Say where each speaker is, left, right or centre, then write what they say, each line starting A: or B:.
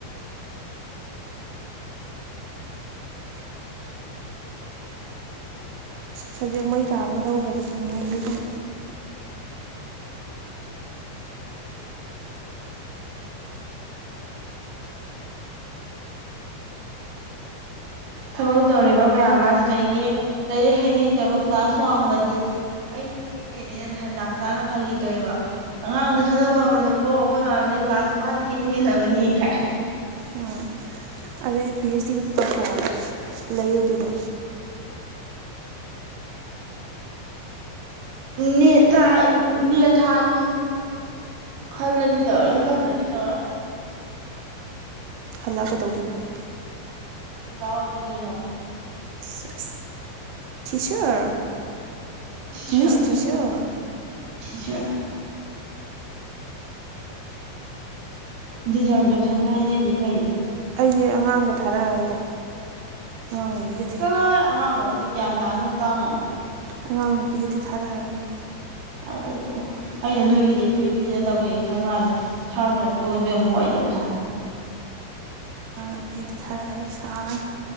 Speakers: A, on the right; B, on the right.
A: ꯁꯞꯖꯦꯛ ꯃꯩ ꯇꯥꯕꯒ ꯂꯧꯈ꯭ꯔꯗꯤ ꯑꯗꯨꯝ ꯅꯩꯌꯦ ꯑꯗꯨꯝ
B: ꯊꯕꯛ ꯇꯧꯔꯤꯕ ꯃꯌꯥꯝ ꯃꯔꯛꯁꯤꯗꯒꯤ ꯂꯥꯏꯔꯤꯛ ꯍꯩ ꯍꯩꯇꯕ ꯀ꯭ꯂꯥꯁ ꯋꯥꯡꯃꯗꯤ ꯑꯩ ꯏꯆꯦꯅꯦꯅꯦ ꯅꯍꯥꯟ ꯗꯥꯝ ꯆꯥꯅ ꯐꯒꯤꯇꫭꯏꯕ ꯑꯉꯥꯡꯗ ꯈꯠꯅꯕ ꯍꯧꯔꯅꯨꯀꯣ ꯑꯩꯈꯣꯏ ꯃꯌꯥꯝꯗꯩ ꯀ꯭ꯂꯥꯁ ꯃꯥꯅ ꯏꯍꯦꯟ ꯍꯦꯜꯂꯕꯅꯤ ꯀꯥꯏ
A: ꯎꯝ ꯑꯗꯨꯗꯤ ꯄꯤ ꯑꯩꯁ ꯗꯤꯒꯤ ꯇꯧꯊꯣꯛꯑꯣ ꯂꯩꯌꯨ ꯑꯗꯨꯅꯣ
B: ꯅꫭꯠꯇꯔꯥꯟ ꯅꯦꯠ ꯊꯥꯒꯦ ꯈꯜꯂꯗꯤ ꯇꯧꯔꯦ ꯈꯟꯗꯔꯗꯤ ꯇꯧꯔꫭꯏ
A: ꯍꯜꯂꯛꯑ ꯀꯩꯗꯧꯗꯣꯏꯅꯣ꯫
B: ꯑꯣꯖꯥ ꯑꯣꯏꯗꯣꯏꯅꯤ ꯀꯩꯅꯣ꯫
A: ꯑꯁ teacher
B: teacher
A: miss teacher.
B: Teacher ꯗꯤꯖꯥꯔꯕꯦꯁꯟꯒ ꯍꯥꯏꯅꯩꯁꯦ ꯀꯩꯅꯣ?
A: ꯑꯩꯁ ꯑꯉꯥꯡꯒ ꯊꯥꯔꯛꯑꯔꯣꯏꯀꯣ ꯑꯉꯥꯡꯅꯨꯕꯤꯒ ꯫
B: ꯆꯠꯂꯣ ꯍꯦ ꯑꯉꯥꯡꯕꯥꯎꯗꯤ ꯒ꯭ꯌꯥꯟ ꯇꯥꯅꯕ ꯇꯥꯛꯉꯝꯃꯤ꯫
A: ꯑꯉꯥꯡ ꯅꯨꯄꯤꯒꯗꯤ ꯊꯥꯔꯛꯑꯔꯣꯀꯣ꯫
B: ꯁꯥꯔꯗꯗꯣ ꯑꯩꯅ ꯅꯣꯏꯒꯤꯗꯤ ꯐ꯭ꯔꯤ ꯐ꯭ꯔꯤꯗ ꯇꯧꯋꯦ ꯈꯟ ꯋꯥꯅꯦ꯫ ꯊꯔꯇ ꯇꯣ ꯢꯕꯦꯝ ꯋꯥꯢꯗꯨꯝ ꯁꯪꯏ꯫
A: ꯇꯕꯤꯒꯗꯤ ꯊꯥꯔꯛꯑꯔꯣꯏ ꯁꯥꯡ